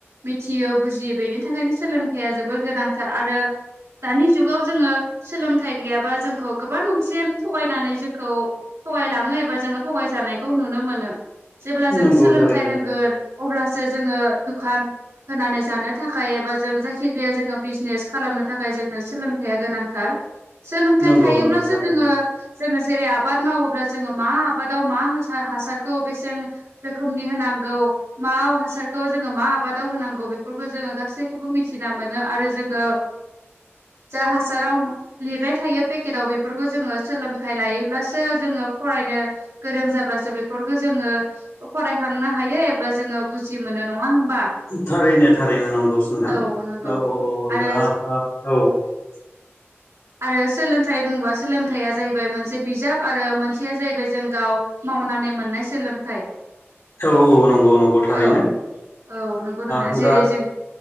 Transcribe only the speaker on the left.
नंगौ
थारैनो
नंगौ
नंगौ थारैनो
थारैनो थारैनो नंगौ नोंथां
औ औ औ
दा ओ औ। <inaudible>
औ औ नंगौ नंगौ थारैनो
ओ
दा